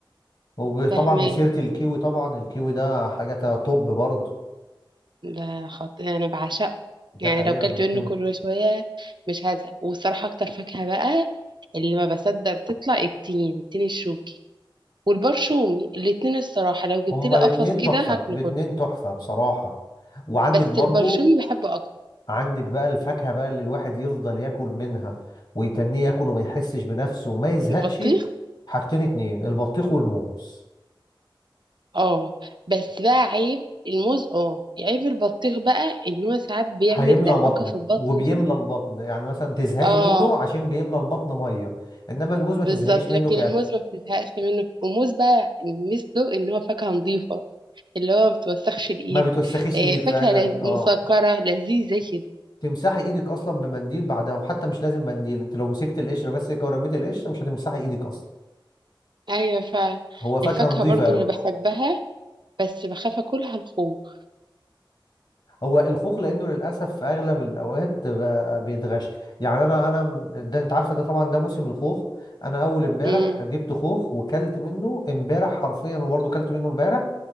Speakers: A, on the left (about 55°); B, on the right (about 60°).
A: وطبعا
B: فاهمة
A: بسيره الكيوي طبعا الكيوي ده حاجه تا- توب برضه
B: ده خطير انا بعشقه
A: دي
B: يعني
A: حقيقه
B: لو كلت
A: الكيوي
B: منه كل شويه مش هزهق والصراحه اكتر فاكهه بقى اللي ما بصدق بتطلع التين التين الشوكي والبرشومي الاتنين الصراحه لو جبت
A: هما
B: لي
A: الاتنين
B: قفص كده
A: تحفه
B: هاكله
A: الاتنين
B: كله
A: تحفه بصراحه وعندك
B: بس
A: برضه
B: البرشومي بحبه اكتر
A: عندك بقى الفاكهه بقى اللي الواحد يفضل ياكل منها ويتنيه ياكل وما يحسش بنفسه وما يزهقش
B: البطيخ
A: حاجتين اتنين البطيخ والموز
B: اه بس بقى عيب الموز اه عيب البطيخ بقى ان هو ساعات بيعمل
A: هيملى
B: دربكه
A: بطنك
B: في البطن
A: وبيملى
B: كده
A: البطن يعني مثلا تزهقي
B: اه
A: منه عشان بيملى البطن ميه انما الموز ما تزهقيش
B: بالظبط
A: منه
B: لكن
A: كاكل
B: الموز ما بتزهقش منه والموز بقى ميزته ان هو فاكهه نظيفه اللي هو ما بتوسخش الايد
A: ما بتوسخيش
B: آه،
A: ايدك
B: فاكهة
A: فعلا
B: لذ-
A: اه
B: مسكرة لذيذة كده
A: تمسحي ايدك اصلا بمنديل بعدها وحتى مش لازم منديل انت لو مسكت القشره بس كده ورميتي القشره مش هتمسحي ايدك اصلا
B: ايوه فعلا
A: هو فاكهه
B: الفاكهة
A: نظيفه
B: برضو
A: قوي
B: اللي بحبها بس بخاف اكلها الخوخ
A: هو الخوخ لانه للاسف في اغلب الاوقات بقى بيتغش يعني انا انا م- ده انت عارفه ده طبعا ده موسم الخوخ انا اول امبارح
B: امم
A: جبت خوخ وكلت منه امبارح حرفيا وبرضه كلت منه امبارح